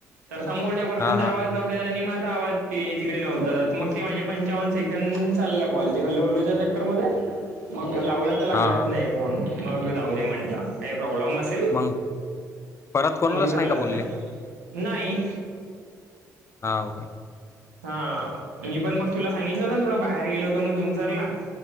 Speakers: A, on the right; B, on the left.
A: तर समोरच्या पर्सनचा
B: हा हा हा
A: आवाज नव्हत. आणि माझा आवाज ते तिकडे नव्हता जात मग ते माझे पंचावन्न सेकंड चालला कॉल ते हलो हलो त्या म मग लावला तर लागलाच
B: हा हा
A: नाही फोन मग जाऊ दे म्हंटलं काही प्रॉब्लेम अस
B: मग परत कोणालाच
A: मग झालाच
B: का बोलले
A: नाही नाही.
B: हा काे.
A: हा मी पण मग तुला सांगितलं होत ना थोडं बाहेर गेलो होतो म्हणून तुमसरला.